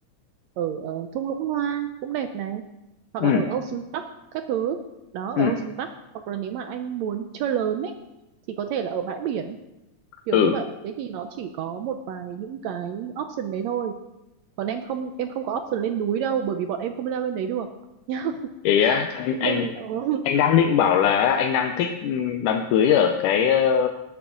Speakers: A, on the right; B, on the left.
A: ở ờ, thung lũng hoa cũng đẹp này hoặc
B: Ừ.
A: là ở Ocean Park các thứ đó
B: ừ
A: ở Ocean Park hoặc là nếu mà anh muốn chơi lớn ấy thì có thể là ở bãi biển kiểu
B: ừ
A: như vậy thế thì nó chỉ có một vài những cái option đấy thôi còn em không em không có option lên núi đâu bởi vì bọn em không leo lên đấy được nhá
B: thế á,
A: <laughs>
B: anh anh
A: nên là- ừ.
B: anh đang định bảo là anh đang thích ừ, đám cưới ở cái ờ,